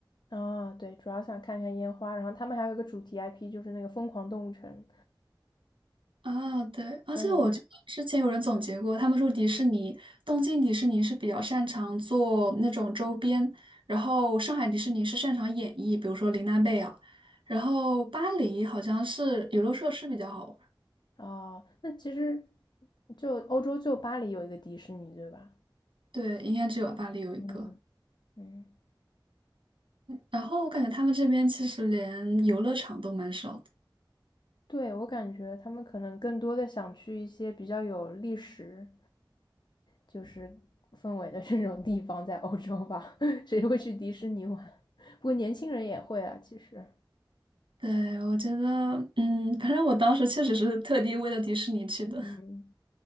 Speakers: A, on the left; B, on the right.
A: 啊，对，主要想看看烟花，然后他们还有一个主题 IP，就是那个疯狂动物城，
B: 啊，对，而且我觉得之前有人总结过，
A: 好像有
B: 他们说迪士尼，东京迪士尼是比较擅长做那种周边，然后上海迪士尼是擅长演绎，比如说玲娜贝儿，然后巴黎好像是游乐设施比较好玩
A: 啊。那其实就欧洲就巴黎有一个迪士尼，对吧？
B: 对，应该只有巴黎有一个。
A: 嗯，嗯，
B: 然后我感觉他们这边其实连游乐场都蛮少的。
A: 对，我感觉他们可能更多的想去一些比较有历史就是氛围的这种地方，在欧洲吧，<laughs> 谁会去迪士尼玩？不过年轻人也会啊，其实。
B: 对，我觉得，嗯，反正我当时确实是特地为了迪士尼去的，
A: 嗯，